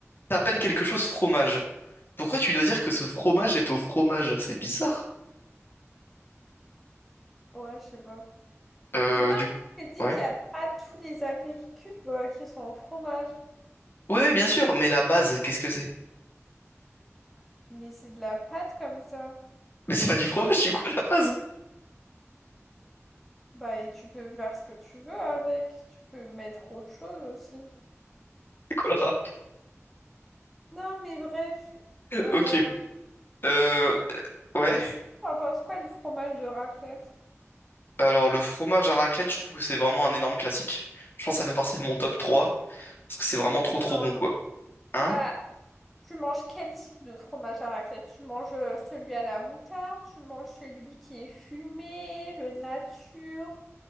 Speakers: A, on the left; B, in the centre.
A: t'appelles quelque chose fromage. Pourquoi tu dois dire que ce fromage est au fromage? C'est bizarre.
B: Ouais, je sais pas.
A: Euh,
B: Mais non,
A: du coup.
B: mais je te dis
A: Ouais.
B: qu'il n'y a pas tous les apéricubes euh, qui sont au fromage.
A: Oui, oui, bien sûr, mais la base, qu'est-ce que c'est?
B: Mais c'est de la pâte comme ça.
A: Mais c'est pas du fromage, du coup, à la base.
B: Bah, et tu peux faire ce que tu veux avec. Tu peux mettre autre chose aussi.
A: C'est quoi le rap?
B: Non, mais bref.
A: <laughs>
B: Euh,
A: Ok. Euh, ouais.
B: et sinon, on pense quoi du fromage de raclette?
A: Alors, le fromage à raclette, je trouve que c'est vraiment un énorme classique. Je pense que ça fait partie de mon top 3 parce que c'est vraiment trop
B: Non,
A: trop bon,
B: non.
A: quoi. Hein?
B: Bah, tu manges quel type de fromage à raclette? Tu manges euh, celui à la moutarde, tu manges celui qui est fumé, le nature.